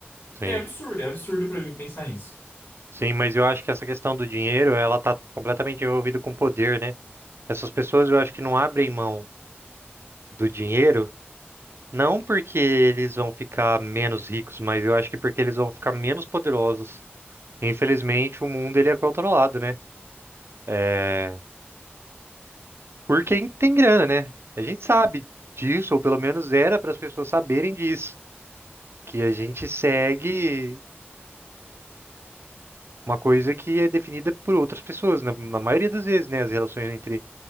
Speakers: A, on the right (about 70°); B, on the left (about 55°).
A: Sim.
B: É absurdo, é absurdo pra mim pensar isso.
A: Sim, mas eu acho que essa questão do dinheiro, ela tá completamente envolvida com poder, né? Essas pessoas eu acho que não abrem mão do dinheiro, não porque eles vão ficar menos ricos, mas eu acho que porque eles vão ficar menos poderosos. Infelizmente, o mundo ele é controlado, né? É, por quem tem grana, né? A gente sabe disso, ou pelo menos era para as pessoas saberem disso, que a gente segue uma coisa que é definida por outras pessoas, na, na maioria das vezes, né? As relações entre